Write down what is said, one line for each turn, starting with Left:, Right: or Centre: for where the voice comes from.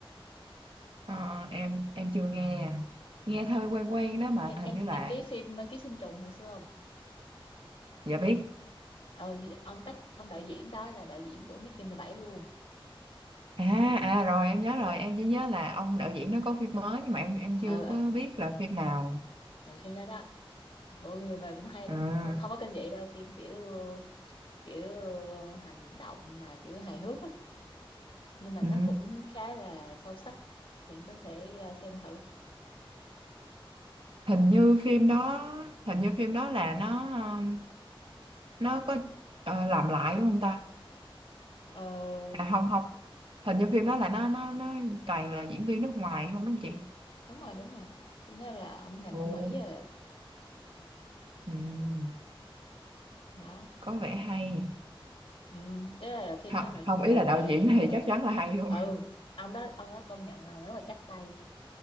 Right: Ờ, em em chưa nghe à. nghe thôi quen quen đó mà
Left: Em
Right: hình
Left: em
Right: như là
Left: em biết phim Ký sinh trùng hồi xưa không?
Right: dạ biết
Left: Ừ thì ông tác ông đạo diễn đó là đạo diễn của Mickey 17 luôn.
Right: à à rồi em nhớ rồi em chỉ nhớ là ông đạo diễn nó có phim mới nhưng mà em em chưa
Left: Ừ ừ,
Right: có biết là phim nào
Left: ừ phim đó đó. Ôi người mà cũng hay
Right: à,
Left: lắm. Không không có kinh dị đâu, phim kiểu kiểu ờ, hành động mà kiểu hài hước á, nhưng mà
Right: ừ.
Left: nó cũng khá là sâu sắc. Thì em có thể ờ, xem thử.
Right: hình như phim đó hình như phim đó là nó um, nó có ờ, làm lại đúng không ta
Left: Ờ
Right: à không không hình như phim đó là nó nó nó toàn là diễn viên nước ngoài không đúng không chị
Left: đúng rồi, đúng rồi. Thì nó là ông làm
Right: Ồ.
Left: ở Mỹ à.
Right: ừ.
Left: Đó
Right: có vẻ hay
Left: Ừ, tức là phim
Right: Hả-
Left: đó nội dung
Right: không ý
Left: là
Right: là
Left: về
Right: đạo diễn
Left: ờ,
Right: thì chắc chắn là hay luôn
Left: ừ ông đó ông đó công nhận là rất là chắc tay